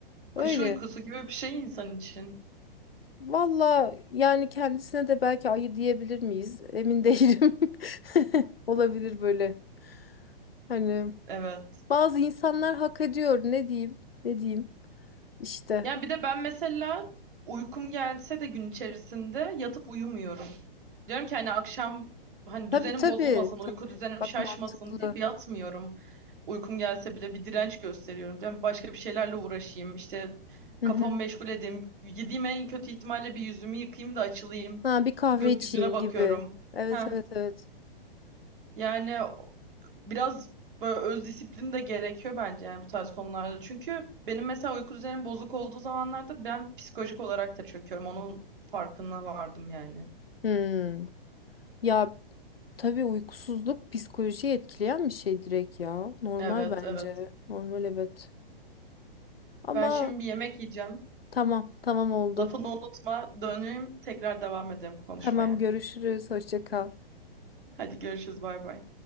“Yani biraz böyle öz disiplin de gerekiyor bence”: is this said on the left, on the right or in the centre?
Right